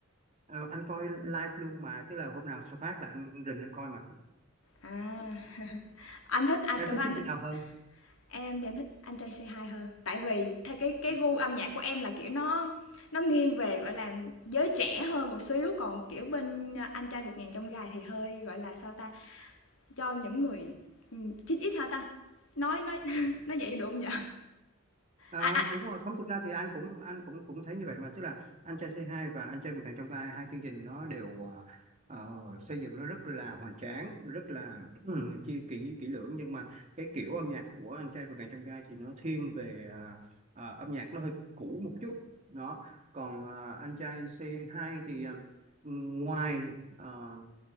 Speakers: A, on the right; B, on the left.
A: ờ, anh coi live luôn mà tức là hôm nào sao phát là anh rình anh coi mà
B: À, anh thích ai
A: em
B: trong
A: thích
B: đó anh
A: chương
B: thích
A: trình nào hơn
B: em thì em thích Anh Trai Say Hi hơn. Tại vì theo cái cái
A: Ừ.
B: gu âm nhạc của em là, kiểu, nó nó nghiêng về, gọi là, giới trẻ hơn một xíu, còn, kiểu, bên, Anh Trai Vượt Ngàn Chông Gai thì hơi, gọi là, sao ta, cho những người, ừ, chín 9X hả ta? Nói nói <laughs> nói vậy được hông nhỉ?
A: Ờ,
B: A a
A: đúng rồi không thực ra thì anh cũng anh cũng cũng thấy như vậy mà tức là anh trai C2 và anh trai vượt ngàn chông gai hai chương trình nó đều ờ, ờ, xây dựng nó rất là hoành tráng rất là <clears throat> ừ, chi kỹ kỹ lưỡng nhưng mà cái kiểu âm nhạc của anh trai vượt ngàn chông gai thì nó thiên về ờ, ờ, âm nhạc nó hơi cũ một chút đó còn ờ, anh trai C2 thì ờ, ngoài ờ,